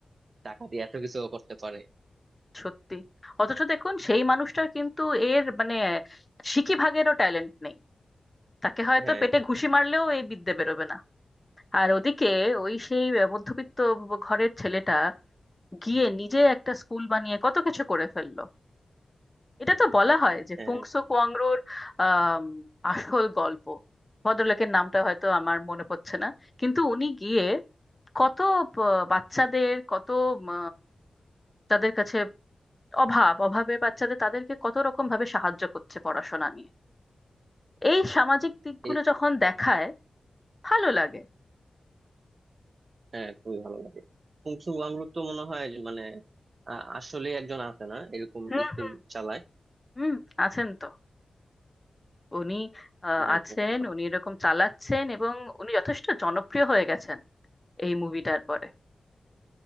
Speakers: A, on the right; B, on the left.
A: টাকা দিয়ে এত কিছু করতে পারে
B: সত্যি অথচ দেখুন সেই মানুষটার কিন্তু এর মানে সিকি ভাগেরও ট্যালেন্ট নেই তাকে হয়তো
A: হ্যাঁ
B: পেটে ঘুষি মারলেও এই বিদ্যে বেরোবে না আর ওদিকে ওই সেই মধ্যবিত্ত ঘরের ছেলেটা গিয়ে নিজে একটা স্কুল বানিয়ে কত কিছু করে ফেললো এটা তো বলা হয় যে
A: হ্যাঁ
B: ফুংসো কোয়াংরোর আম, আসল গল্প ভদ্রলোকের নামটা হয়তো আমার মনে পড়ছে না কিন্তু উনি গিয়ে কত প- বাচ্চাদের কত উম, তাদের কাছে অভাব অভাবের বাচ্চাদের তাদেরকে কত রকম ভাবে সাহায্য করছে পড়াশোনা নিয়ে এই সামাজিক দিকগুলো
A: এই
B: যখন দেখায় ভালো লাগে
A: হ্যাঁ খুবই ভালো লাগে কুংসু ওয়াংরুক তো মনে হয় যে মানে আ- আসলে একজন আছে না এরকম
B: হুম
A: স্কুল চালায়
B: হুম আছেন তো উনি আহ,
A: হ্যাঁ
B: আছেন
A: শুনছিলাম।
B: উনি এরকম চালাচ্ছেন এবং উনি যথেষ্ট জনপ্রিয় হয়ে গেছেন এই মুভিটার পরে